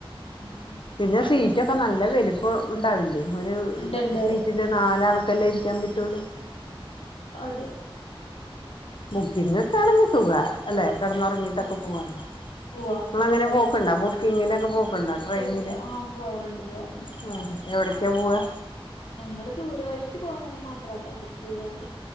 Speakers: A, on the left (about 85°); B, on the left (about 60°).
A: ഉം
B: പിന്നെ
A: അപ്പൊ അത്
B: സീറ്റൊക്കെ നല്ല വലുപ്പ ഇപ്പ ഇണ്ടാവില്ലേ? ഒരു
A: ഇണ്ട് ഇണ്ട്
B: സീറ്റില് നാലാൾക്കല്ലേ ഇരിക്കാൻ പറ്റുള്ളു?
A: അതെ.
B: ബുക്കിംഗ് ഒക്കെ ആണെങ്കി സുഖാ, അല്ലെ? കിടന്നുറങ്ങിട്ടൊക്കെ
A: ആ
B: പോവാലോ.
A: പോവാ
B: നിങ്ങളങ്ങിനെ
A: റിസർവേഷൻ
B: പോക്കിണ്ടാ? ബുക്കിങ്ങിലൊക്കെ പോക്കിണ്ടാ?
A: ബുക്ക്
B: ട്രെയിനില്?
A: ചെയ്തിട്ട് ആ പോവാറുണ്ട് പോവാറുണ്ട്
B: ആ എവിടേ ക്യാ പോവാ?
A: ഞങ്ങള് ദൂരെ വഴിക്ക് പോകണേന് മാത്രട്ടാ ബുക്ക് ചെയ്യാറ്.